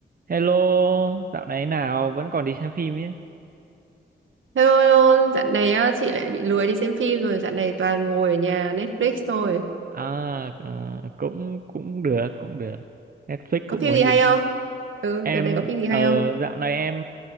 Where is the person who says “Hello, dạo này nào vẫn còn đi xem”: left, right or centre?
Right